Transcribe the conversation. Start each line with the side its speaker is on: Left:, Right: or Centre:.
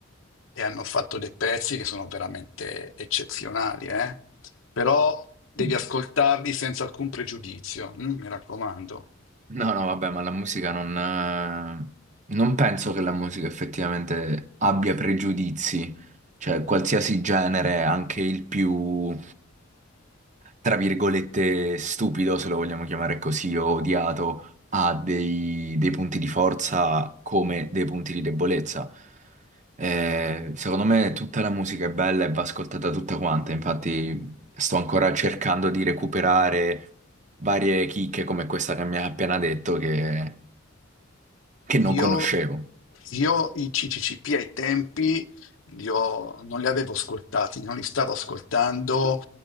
Left: e hanno fatto dei pezzi che sono veramente eccezionali, eh? Però devi
Right: Mm.
Left: ascoltarli senza alcun pregiudizio, mm, mi raccomando.
Right: No, no, vabbè, ma la musica non... eh, Non penso che la musica effettivamente abbia pregiudizi, cioè qualsiasi genere, anche il più... tra virgolette, stupido, se lo vogliamo chiamare così, o odiato, ha dei, dei punti di forza come dei punti di debolezza. Eh, secondo me tutta la musica è bella e va ascoltata tutta quanta, infatti sto ancora cercando di recuperare varie chicche come questa che mi ha appena detto che che non
Left: Io,
Right: conoscevo.
Left: io i CCCP ai tempi li ho- non li avevo ascoltati, non li stavo ascoltando,